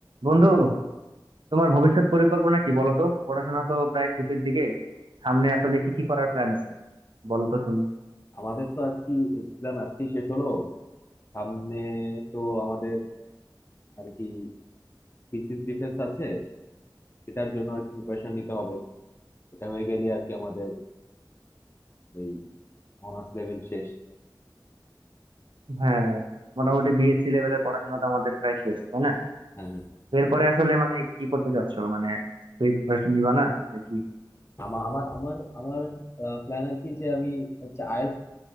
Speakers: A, on the right (about 80°); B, on the left (about 30°).
A: বন্ধু তোমার ভবিষ্যৎ পরিকল্পনা কি বলো তো পড়াশোনা তো প্রায় শেষের দিকে সামনে আসলে কি কি করার প্ল্যান আছে বলো তো শুনি
B: আমাদের তো আজকে এক্সাম আজকে শেষ হলো সামনে তো আমাদের আর কি থিসিস ডিফেন্স আছে সেটার জন্য আর কি প্রিপারেশন নিতে হবে এটা হয়ে গেলে আর কি আমাদের এই অনার্স লেভেল শেষ
A: হ্যাঁ মোটামুটি বিএসসি লেভেলের পড়াশোনা তো আমাদের প্রায় শেষ তাই না
B: হ্যাঁ হ্যাঁ
A: এরপরে আসলে মানে কি করতে চাচ্ছ মানে তুই প্রিপারেশন দিবা না নাকি
B: আমার আমার আমার আমার প্ল্যান আর কি যে আমি হচ্ছে আইএলটিএস